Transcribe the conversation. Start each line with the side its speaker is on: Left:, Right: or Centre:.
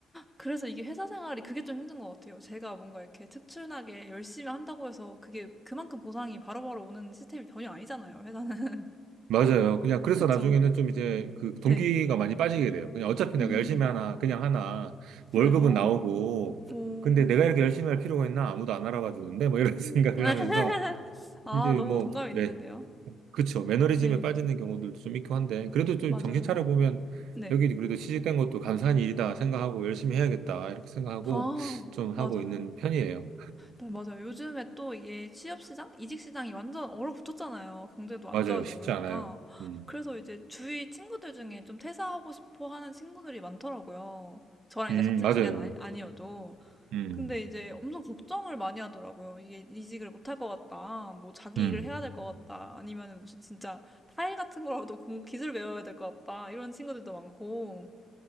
Centre: 그래서 이게 회사 생활이 그게 좀 힘든 것 같아요. 제가 뭔가 이렇게 특출나게 열심히 한다고 해서 그게 그만큼 보상이 바로바로 오는 시스템이 전혀 아니잖아요, 회사는. <laughs>
Right: 맞아요. 그냥 그래서
Centre: 그쵸.
Right: 나중에는 좀 이제 그 동기가
Centre: 네.
Right: 많이 빠지게 돼요. 그냥 어차피
Centre: 음.
Right: 내가 열심히 하나, 그냥 하나,
Centre: 그래요.
Right: 월급은 나오고,
Centre: 오.
Right: 근데 내가 이렇게 열심히 할 필요가 있나? 아무도 안 알아봐 주는데, 뭐 이런 <laughs> 생각을
Centre: 음. <laughs>
Right: 하면서,
Centre: 아,
Right: 이제
Centre: 너무
Right: 뭐,
Centre: 동감이
Right: 네,
Centre: 되는데요.
Right: 그쵸. 매너리즘에
Centre: 네.
Right: 빠지는 경우들도 좀 있고 한데, 그래도 좀
Centre: 맞아요.
Right: 정신 차려보면,
Centre: 네.
Right: 여기 그래도 취직된 것도 감사한 일이다 생각하고, 열심히 해야겠다, 이렇게 생각하고,
Centre: 아,
Right: 좀
Centre: 맞아요.
Right: 하고 있는 편이에요.
Centre: 네, 맞아요. 요즘에 또 이게 취업 시장, 이직 시장이 완전 얼어붙었잖아요. 경제도 안
Right: 맞아요.
Centre: 좋아지고
Right: 쉽지
Centre: 그러니까.
Right: 않아요. 음,
Centre: 그래서 이제 주위 친구들 중에 좀 퇴사하고 싶어 하는 친구들이 많더라고요. 저랑
Right: 음,
Centre: 이제 같은
Right: 맞아요.
Centre: 분야는 아니, 아니어도.
Right: 음,
Centre: 근데 이제 엄청 걱정을 많이 하더라고요. 이게 이직을 못 할 것 같다. 뭐 자기
Right: 음.
Centre: 일을 해야 될 것 같다. 아니면 무슨 진짜 타일 같은 거라도 공- 기술 배워야 될 것 같다. 이런 친구들도 많고.